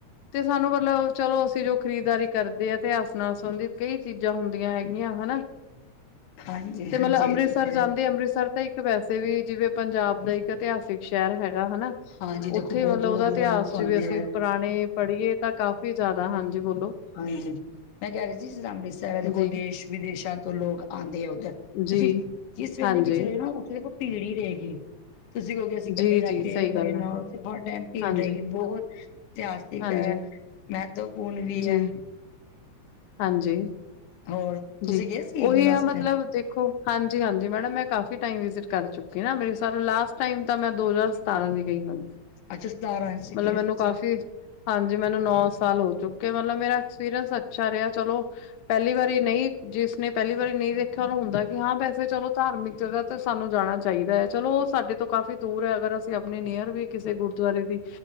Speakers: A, on the left; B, on the left.
A: ਤੇ ਸਾਨੂੰ, ਮਤਲਬ ਚਲੋ ਅਸੀਂ ਜੋ ਖਰੀਦਦਾਰੀ ਕਰਦੇ ਹਾਂ ਤੇ ਆਸ ਨਾਲ ਸੰਬੰਧਿਤ ਕਈ ਚੀਜ਼ਾਂ ਹੁੰਦੀਆਂ ਹੈਗੀਆਂ ਹੈਨਾ।
B: ਹਾਂਜੀ-ਹਾਂਜੀ
A: ਤੇ ਮਤਲਬ ਅੰਮ੍ਰਿਤਸਰ
B: ਇਹ ਤੇ ਹੈ
A: ਜਾਂਦੇ, ਅੰਮ੍ਰਿਤਸਰ ਤਾਂ ਇੱਕ ਵੈਸੇ ਵੀ ਜਿਵੇਂ ਪੰਜਾਬ ਦਾ ਇੱਕ ਇਤਿਹਾਸਿਕ ਸ਼ਹਿਰ ਹੈਗਾ ਹਨਾ
B: ਹਾਂਜੀ ਦੇਖੋ
A: ਉੱਥੇ
B: ਬਹੁਤ
A: ਮਤਲਬ
B: ਦੂਰੋਂ-ਦੂਰੋਂ
A: ਉਹਦਾ ਇਤਿਹਾਸ
B: ਲੋਕ
A: ਚ
B: ਆਉਂਦੇ
A: ਵੀ ਅਸੀਂ
B: ਹੈ
A: ਪੁਰਾਣੇ ਪੜ੍ਹੀਏ ਤਾਂ ਕਾਫੀ ਜ਼ਿਆਦਾ। ਹਾਂਜੀ, ਬੋਲੋ?
B: ਹਾਂਜੀ, ਮੈਂ ਕਹਿ ਰਹੀ ਸੀ ਅੰਮ੍ਰਿਤਸਰ ਦੇਖੋ
A: ਜੀ,
B: ਦੇਸ਼ ਵਿਦੇਸ਼ਾਂ ਤੋਂ ਲੋਕ ਆਉਂਦੇ ਆ ਉੱਧਰ। ਤੁਸੀਂ
A: ਜੀ,
B: ਜਿਸ ਵੇਲੇ
A: ਹਾਂਜੀ,
B: ਵੀ ਚਲੇ ਜੋ ਨਾ ਉੱਥੇ ਦੇਖੋ ਭੀੜ ਹੀ ਰਹੇਗੀ, ਤੁਸੀਂ ਕਿਹੋਗੇ ਅਸੀਂ ਇਕੱਲੇ
A: ਜੀ,
B: ਜਾ
A: ਜੀ
B: ਕੇ
A: ਸਹੀ ਗੱਲ
B: ਘਰੇ ਨਾਲ
A: ਹੈ।
B: ਫਿਰ ਹਰ ਟਾਈਮ ਭੀੜ
A: ਹਾਂਜੀ,
B: ਰਹੇਗੀ ਬਹੁਤ ਇਤਿਹਾਸਿਕ
A: ਹਾਂਜੀ,
B: ਹੈ, ਮਹੱਤਵਪੂਰਨ ਵੀ
A: ਜੀ,
B: ਹੈ।
A: ਹਾਂਜੀ।
B: ਹੋਰ? ਤੁਸੀਂ
A: ਜੀ,
B: ਗਏ ਸੀ
A: ਉਹੀ
B: ਲਾਸਟ
A: ਆ ਮਤਲਬ
B: ਟਾਈਮ
A: ਦੇਖੋ। ਹਾਂਜੀ, ਹਾਂਜੀ ਮੈਡਮ ਮੈਂ ਕਾਫੀ ਟਾਈਮ ਵਿਜਿਟ ਕਰ ਚੁੱਕੀ ਨਾ ਮੇਰੀ ਸ ਲਾਸਟ ਟਾਈਮ ਤਾਂ ਮੈਂ ਦੋ ਹਜ਼ਾਰ ਸਤਾਰਾਂ ਦੀ ਗਈ ਹਾਂ।
B: ਅੱਛਾ, ਸਤਾਂਰਾ ਆਏ ਸੀਗੇ
A: ਮਤਲਬ ਮੈਨੂੰ
B: ਤੁਸੀਂ?
A: ਕਾਫ਼ੀ ਹਾਂਜੀ, ਮੈਨੂੰ ਨੌ ਸਾਲ ਹੋ ਚੁੱਕੇ ਮਤਲਬ ਮੇਰਾ ਐਕਸਪੀਰੀਅੰਸ ਅੱਛਾ ਰਿਹਾ ਚਲੋ, ਪਹਿਲੀ ਵਾਰੀ ਨਹੀਂ, ਜਿਸਨੇ ਪਹਿਲੀ ਵਾਰੀ ਨਹੀਂ ਦੇਖਿਆ ਉਹਨੂੰ ਹੁੰਦਾ ਕਿ ਹਾਂ ਵੈਸੇ ਚਲੋ ਧਾਰਮਿਕ ਜਗ੍ਹਾ ਤੇ ਸਾਨੂੰ ਜਾਣਾ ਚਾਹੀਦਾ ਹੈ। ਚਲੋ, ਉਹ ਸਾਡੇ ਤੋਂ ਕਾਫ਼ੀ ਦੂਰ ਹੈ ਅਗਰ ਅਸੀਂ ਆਪਣੇ ਨੇਅਰ ਵੀ ਕਿਸੇ ਗੁਰਦੁਆਰੇ ਦੀ